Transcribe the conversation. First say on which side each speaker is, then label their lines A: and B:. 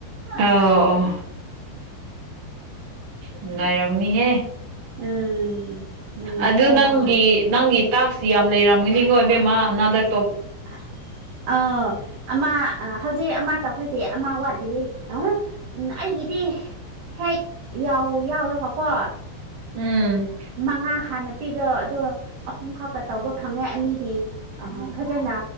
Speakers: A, on the right; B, on the right.
A: ꯑꯣ ꯅꯨꯡꯉꯥꯏꯔꯝꯅꯤꯍꯦ
B: ꯎꯝ ꯅꯨꯡꯉꯥꯏꯌꯦ
A: ꯑꯗꯨ
B: ꯎꯝ
A: ꯅꯪꯒꯤ ꯅꯪꯒꯤ ꯇꯥꯛꯁ ꯌꯥꯝ ꯂꯩꯔꯝꯒꯅꯤꯀꯣ ꯏꯕꯦꯝꯃ ꯅꯥꯗꯛ
B: <inaudible> ꯑ ꯑꯃ ꯍꯧꯖꯤꯛ ꯑꯃ ꯇꯧꯈ꯭ꯔꯗꯤ ꯑꯃ ꯋꯥꯠꯂꯤ ꯑ ꯎꯝ ꯑꯩꯒꯤꯗꯤ ꯍꯦꯛ ꯌꯥꯎ ꯌꯥꯎꯔꯒꯀꯣ
A: ꯎꯝ
B: ꯃꯉꯥ ꯍꯥꯟꯅ ꯄꯤꯕꯗꫭ ꯑꯗꯣ ꯑꯍꯨꯝ ꯈꯛꯇ ꯇꯧꯕ ꯐꯪꯉꯦ ꯑꯅꯤꯗꯤ ꯑ ꯐꯖꯅ